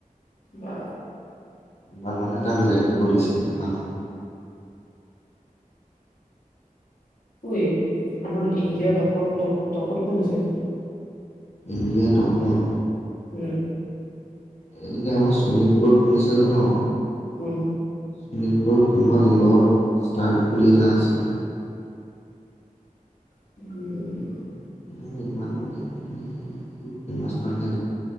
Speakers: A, on the left; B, on the left.
A: অ।
B: ইমান মানুহে তাক লাইক কৰিছে ভাব
A: ঐ আমাৰ ইণ্ডিয়াৰ টপৰ টপ-টপত কোন আছে?
B: ইণ্ডিয়া টপত।
A: উম।
B: এনেই আমাৰ শোণিতপুৰত কোন আছে জানোঁ?
A: কোন?
B: শোণিতপুৰত কোনোবা লৰ্ড ষ্টাৰ্ক বুলি এটা আছে।
A: উম।
B: <unintelligible> <unintelligible> আছে